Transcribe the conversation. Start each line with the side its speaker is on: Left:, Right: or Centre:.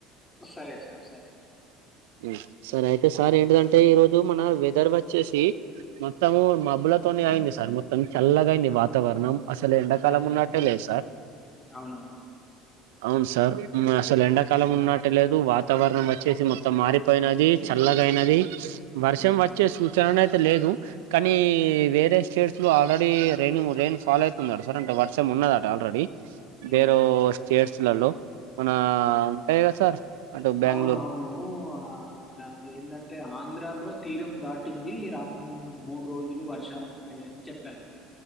Left: సరే సర్ సరే
Right: ఉమ్ సరే అయితే సార్ ఏంటిదంటే ఈ రోజు మన వెదర్ వచ్ చ్చేసి మొత్తము మబ్బులతోనే అయింది సార్ మొత్తం చల్లగా అయింది వాతావరణం అసలు ఎండాకాలం
Left: ఉమ్,
Right: ఉన్నట్టే లేదు సార్
Left: అవునవును
Right: అవును స సార్ ఉమ్ అసలు ఎండాకాలం ఉన్నట్టు లేదు వాతావరణం వచ్చేసి మొత్తం మారిపోయినది చల్లగైనది వర్షం
Left: ఉమ్,
Right: వచ్చే సు చన అయితే లేదు కానీ వేరే స్టేట్స్ లో ఆల్రెడి రైనింగ్ రైన్ ఫాలో అయితుందట సార్ అంటే వర్షం ఉన్నదట ఆల్రెడీ
Left: ఉమ్.
Right: వెరు స్టేట్స్ లలో మన ఉంటాయి కదా సార్ అటు బెంగళూరు
Left: అవును అవును ఆ మన ఏందంటే ఆంధ్రాలో తీరం దాటి ది రానున్న ముడ్ డు రోజులు వర్షాలు ఉంటాయని చెప్పారు